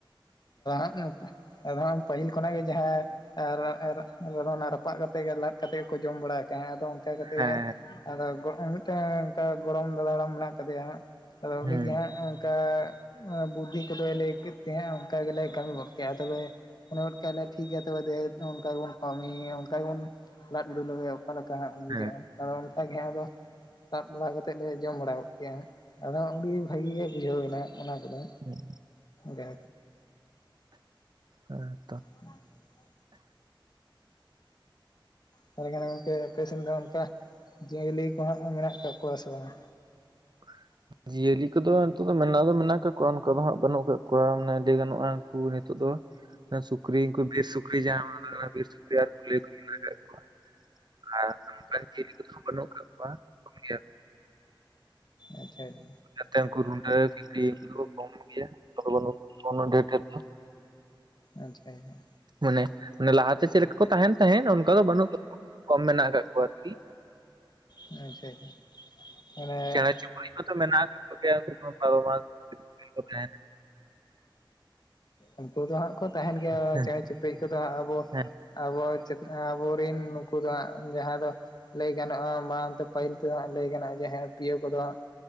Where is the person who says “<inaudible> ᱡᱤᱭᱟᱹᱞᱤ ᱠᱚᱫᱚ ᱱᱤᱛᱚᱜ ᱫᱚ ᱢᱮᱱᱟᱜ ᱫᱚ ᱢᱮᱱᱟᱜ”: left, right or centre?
Right